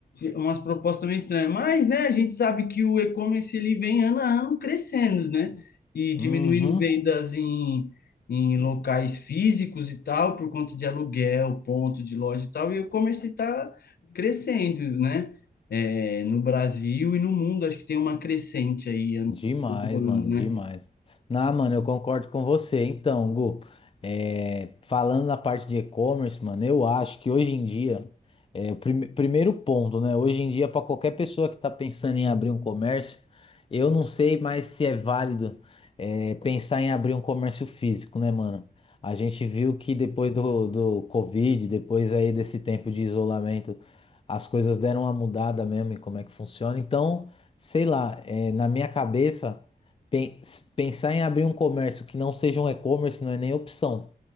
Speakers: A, on the left; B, on the left.
A: umas propostas meio estranhas, mas né, a gente sabe que o e-commerce ele vem ano a ano crescendo, né? E diminuindo
B: Uhum.
A: vendas em, em locais físicos e tal, por conta de aluguel, ponto de loja e tal, e o e-commerce está crescendo, né? É, no Brasil e no mundo, acho que tem uma crescente aí ano-
B: Demais,
A: todo ano,
B: mano,
A: né?
B: demais. Não, mano, eu concordo com você. Então, Gu, é, falando na parte de e-commerce, mano, eu acho que hoje em dia, é, o prime- primeiro ponto, né? Hoje em dia, para qualquer pessoa que tá pensando em abrir um comércio, eu não sei mais se é válido, é, pensar em abrir um comércio físico, né, mano? A gente viu que depois do, do Covid, depois aí desse tempo de isolamento, as coisas deram uma mudada mesmo em como é que funciona. Então sei lá, é, na minha cabeça, pen- pensar em abrir um comércio que não seja um e-commerce não é nem opção.